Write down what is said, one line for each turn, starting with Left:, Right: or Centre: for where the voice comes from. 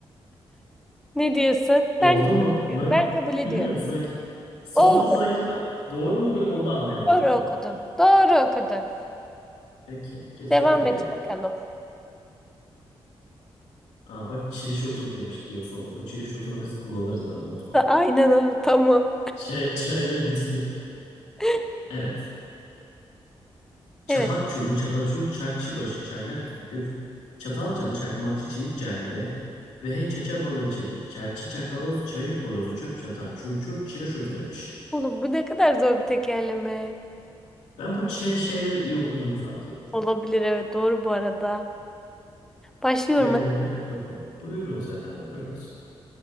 Centre: ne diyorsun?
Left: Oldu
Centre: Ben kabul
Left: mu?
Centre: ediyorum.
Left: Ben
Centre: Ben kabul ediyorum.
Left: bilmiyorum sanki. Sonda
Centre: Oldu.
Left: sanki ben doğru mu okudum onu da anlayamadım
Centre: Doğru
Left: da.
Centre: okudun. Doğru okudun.
Left: Peki. Geçiyorum
Centre: Devam
Left: diğerine.
Centre: et bakalım.
Left: Aa, bak çiriş otu demiş diyor sonunda. Bu çiriş otunu biz kullanırız ha unutma.
Centre: Da- Aynen ha. Tamam.
Left: Şey, <laughs> çayla bitki.
Centre: <laughs>
Left: Evet. Çapak
Centre: Evet.
Left: çurlu, çapaçul, çakçıbaşı, çaylak zülküf, çatalcalı, çakmakçı, çivit cahide, behey, çaça balığı çepik, çerçi, çakaloz, çayır horozu, çöp çatan, çurçur, çiriş otu demiş.
Centre: Oğlum bu ne kadar zor bir tekerleme.
Left: Ben bu ç şeyleri iyi okuduğumu fark ettim.
Centre: Olabilir evet. Doğru bu arada. Başlıyorum.
Left: Diğerlerinde yok ama. Buyurunuz efendim, buyurunuz.